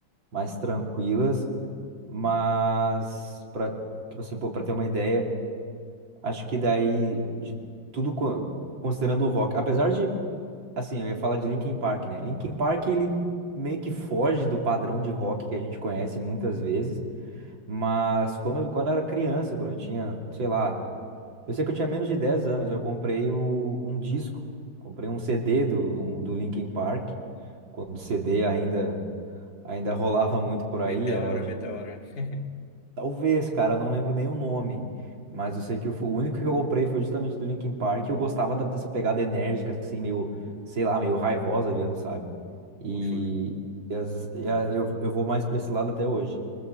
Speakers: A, on the right (about 65°); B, on the left (about 25°).
A: mais tranquilas, Mas para tipo assim, pô, para ter uma ideia, acho que daí de tudo co- considerando o rock, apesar de assim, eu ia falar de Linkin Park, né? Linkin Park ele meio que foge do padrão de rock que a gente conhece muitas vezes, mas quando eu- quando eu era criança, quando eu tinha, sei lá, eu sei que eu tinha menos de 10 anos, eu comprei o- um disco, comprei um CD do do Linkin Park, quando o CD ainda ainda rolava muito por
B: Meteora,
A: aí, era
B: Meteora. <laughs>
A: Talvez, cara, eu não lembro nem o nome. Mas eu sei que o, fu- o único que eu comprei foi justamente do Linkin Park. e Eu gostava da- dessa pegada enérgica, assim, meio, sei lá, meio raivosa mesmo, sabe?
B: Pô,
A: E,
B: show de
A: e as- e a- eu, eu vou mais pra esse lado até hoje.